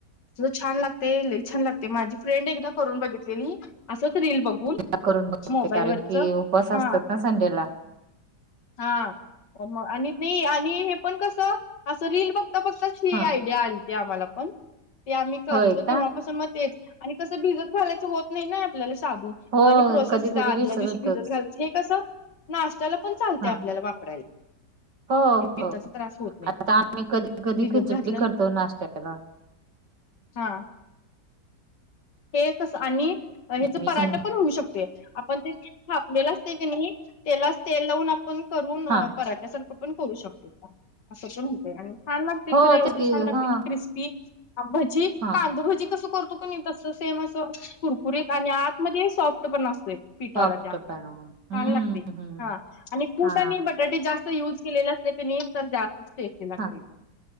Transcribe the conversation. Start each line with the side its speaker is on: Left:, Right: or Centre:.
Left: छान लागते लई छान लागते माझी फ्रेंड एकदा करून बघितलेली असंच रील बघून.
Right: आता करू बघते
Left: मोबाईल
Right: कारण
Left: वरच
Right: की उपवास असतात
Left: हा
Right: ना संडेला.
Left: हा मग आणि नाही आणि हे पण कस असं रील बघता बघता ही
Right: हा
Left: आयडिया आलती आम्हाला पण ते आम्ही करतो
Right: होय का
Left: तेव्हापासून मग, तेच आणि कसं भिजत घालायचं होत नाही ना आपल्याला शाबू.
Right: हो
Left: आणि प्रोसेस
Right: कधी
Left: असते
Right: कधी
Left: आदल्या
Right: विसरतच
Left: दिवशी भिजत घायचं हे कसं नाश्त्याला पण चालत
Right: हा
Left: आपल्याला वापरायला.
Right: हो
Left: पित्ताचा
Right: हो
Left: त्रास होत नाही
Right: आता
Left: जास्त
Right: आम्ही कधी कधी
Left: भिजत
Right: खिचडी
Left: घातलं
Right: करतो नाश्त्याला‌.
Left: हा. हे कस आणि ह्याच
Right: मी
Left: पराठा
Right: सांग
Left: पण होऊ शकतोय. आपण जे थापलेलं असतय कणी त्यालाच तेल लावून आपण करून
Right: हा
Left: पराठ्यासारख. पण करू शकते असं पण होत आणि छान लागते
Right: हो
Left: खरं एवढी
Right: तेच
Left: छान लागते
Right: हा
Left: की क्रिस्पी. अ भजी
Right: हा
Left: कांदभजी कस करतो. कणी तसं सेम असं कुरकुरीत आणि आतमध्ये सॉफ्ट पण असतंय. पिठाला
Right: सॉफ्ट
Left: त्या
Right: पण हम्म
Left: छान लागते
Right: हम्म
Left: हा आणि पूट
Right: हा
Left: आणि ब तर ते जास्त यूज केलेले असले की नी तर जास्त टेस्टी लागते
Right: हा
Left: मग.